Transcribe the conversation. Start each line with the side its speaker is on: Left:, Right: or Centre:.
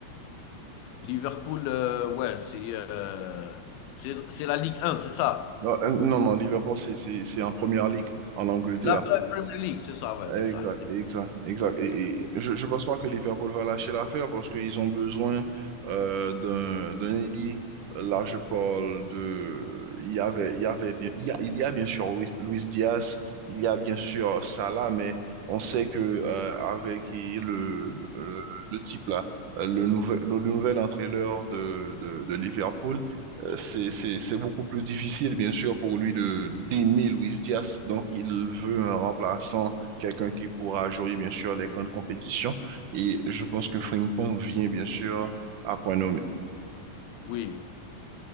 Left: Liverpool, euh, ouais, c'est euh, c'est c'est la Ligue 1, c'est ça.
Right: Non, euh, non, non, Liverpool, c'est c'est- c'est en première ligue en Angleterre.
Left: La Premier League, c'est ça, ouais, c'est
Right: Exact,
Left: ça, exact.
Right: exact, exact. Et,
Left: C'est ça.
Right: et je ne pense pas que Liverpool va lâcher l'affaire parce qu'ils ont besoin euh, d'un d'un ailier. Là, je parle de. Il y avait, il y avait bien, il y a, il y a bien sûr Luis, Luis Diaz, il y a bien sûr Salah, mais on sait que euh, avec le, le, le type là, euh, le nouvel, le, nouvel entraîneur de, de, de Liverpool, euh, c'est, c'est, c'est beaucoup plus difficile, bien sûr, pour lui de d'aimer Luis Diaz. Donc, il veut un remplaçant quelqu'un qui pourra jouer, bien sûr, les grandes compétitions. Et je pense que Frimpong vient, bien sûr, à point nommé.
Left: Oui,